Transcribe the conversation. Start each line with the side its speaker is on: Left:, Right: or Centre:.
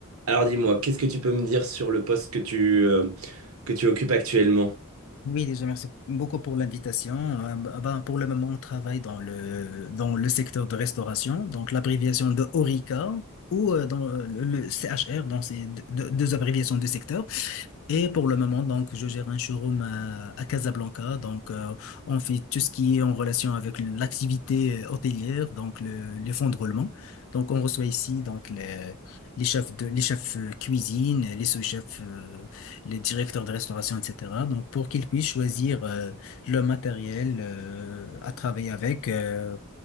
Right: Alors dis-moi, qu'est-ce que tu peux me dire sur le poste que tu, euh, que tu occupes actuellement?
Left: Oui, déjà, merci beaucoup pour l'invitation. Euh, bah, bah, pour le moment, on travaille dans le, dans le secteur de restauration, donc l'abréviation de HORICA ou euh, dans euh, le, le CHR, donc c'est deux, deux abréviations de secteur. Et pour le moment, donc, je gère un showroom à, à Casablanca. Donc, euh, on fait tout ce qui est en relation avec l'activité euh, hôtelière, donc le, les fonds de roulement. Donc, on reçoit ici donc les, les chefs de, les chefs euh, cuisine, les sous-chefs, euh, les directeurs de restauration, etc. Donc, pour qu'ils puissent choisir euh, le matériel euh, à travailler avec. euh,